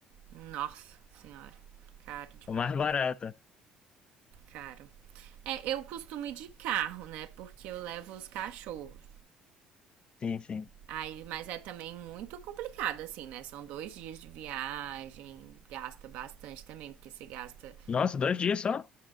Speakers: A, on the right (about 75°); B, on the left (about 40°).
A: Nossa senhora, caro demais,
B: a mais barata.
A: caro. É, eu costumo ir de carro, né? Porque eu levo os cachorros.
B: Sim, sim.
A: Aí, mas é também muito complicado, assim, né? São dois dias de viagem, gasta bastante também, porque você gasta
B: Nossa, dois dias só?